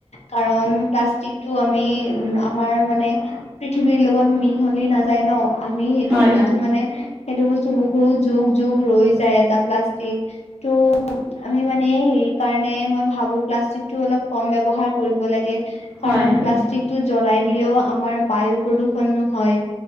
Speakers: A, on the left; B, in the centre.
A: কাৰণ প্লাষ্টিকটো আমি উ, আমাৰ মানে পৃথিৱীৰ লগত মিহলি নাযায় ন' আমি সেইটো
B: হয়
A: বস্তু মানে সেইটো বস্তু বহুত যুগ যুগ ৰৈ যায়। এটা প্লাষ্টিক তো আমি মানে হে হেৰি কাৰণে মই ভাবোঁ প্লাষ্টিকটোৰ অলপ কম ব্যবহাৰ কৰিব লাগে
B: হয়
A: কাৰণ
B: হয়
A: প্লাষ্টিক টো জ্বলাই দিলেও আমাৰ বায়ু প্ৰদূষণ হয়।